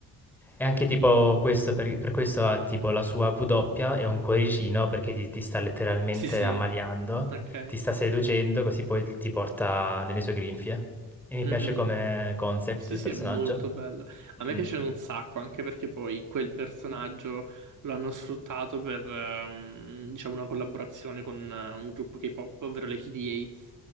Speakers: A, in the centre; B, on the right (about 50°).
A: E anche tipo questo, per, per questo ha tipo la sua W doppia e un cuoricino perché ti, ti sta letteralmente
B: Sì, sì.
A: ammaliando,
B: Ok.
A: ti sta seducendo, così poi ti porta nelle sue grinfie. E mi
B: Mhm.
A: piace come concept
B: Sì,
A: del
B: sì,
A: personaggio.
B: è molto bella. A me
A: Mm.
B: piace un sacco, anche perché poi quel personaggio lo hanno sfruttato per, ehm, diciamo, una collaborazione con eh, un gruppo K-pop, ovvero le KDA.